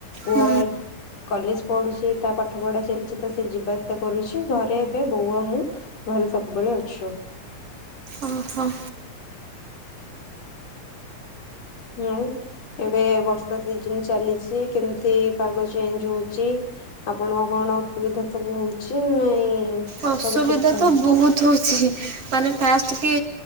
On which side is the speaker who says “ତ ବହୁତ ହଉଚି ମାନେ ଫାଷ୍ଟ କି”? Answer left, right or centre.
Right